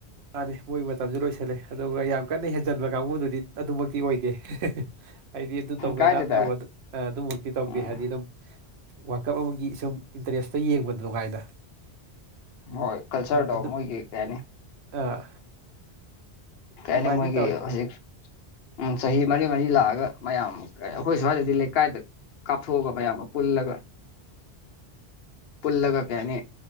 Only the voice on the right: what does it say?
ꯃꯥꯅꯤ ꯃꯣꯏꯒꯤ ꯃꯇꯝꯖꯨ ꯂꯣꯏꯁꯜꯂꯦ ꯑꯗꯨꯒ ꯌꯥꯝ ꯀꯟꯅ ꯍꯦꯟꯖꯟꯕ ꯀꯥꯡꯕꯨꯗꯨꯗꯤ ꯑꯗꯨꯃꯛꯇꯤ ꯑꯣꯏꯗꯦ ꯑꯩꯗꯤ ꯑꯗꯨ ꯇꯧꯋꯦ
ꯗꯥ ꯑꯗꯨꯃꯛꯇꯤ ꯇꯧꯗꯦ
ꯍꯥꯏꯗꯤ ꯑꯗꯨꯝ ꯋꯥꯜꯀꯞ ꯑꯃꯒꯤ ꯁꯨꯝ ꯏꯟꯇꯔꯦꯁꯇ ꯌꯦꯡꯕꯗ ꯅꯨꯡꯉꯥꯏꯅ
ꯑꯗꯨ
ꯑꯥ
ꯑꯗꯨꯃꯥꯏꯅꯗꯤ
ꯇꯧꯋꯤ